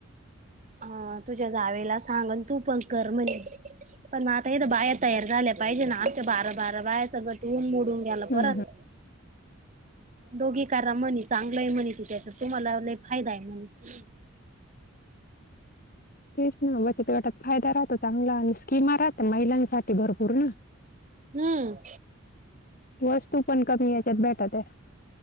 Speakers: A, on the right; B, on the left.
A: ह तुझ्या जावेला सांगन तू पण कर म्हणे पण मग आता येत बाया तयार झाल्या पाहिजे ना आमच्या बारं बारं बाय सगळं टवून मोडून गेलं
B: हम्म
A: परत दोघी कार म्हणे चांगलं आहे म्हनी त त्याचा तुम्हालाला फायदा आहे म्हणे
B: तेच ना बचत गटात फायदा राहतो चांगला आणि स्कीमा राहत महिलांसाठी भरपूर ना
A: हम्म
B: वस्तू पण कमी याच्यात भेटत आहे